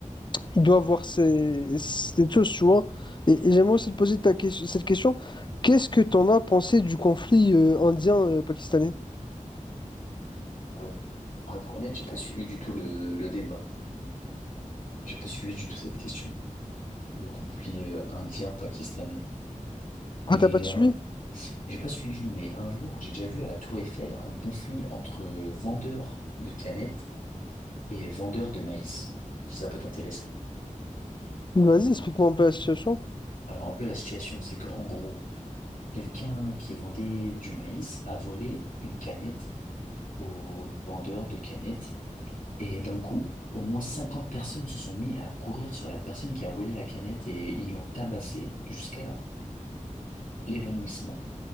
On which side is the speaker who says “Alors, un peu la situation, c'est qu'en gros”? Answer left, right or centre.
Left